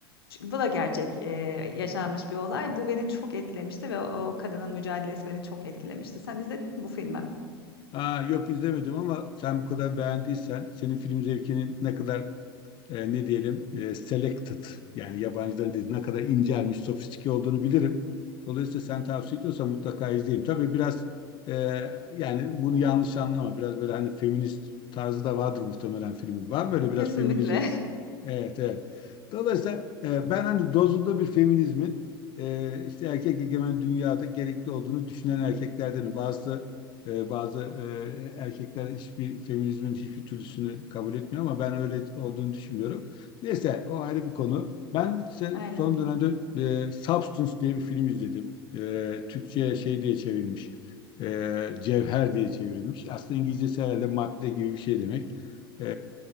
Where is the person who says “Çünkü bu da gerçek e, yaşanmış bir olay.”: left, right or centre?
Left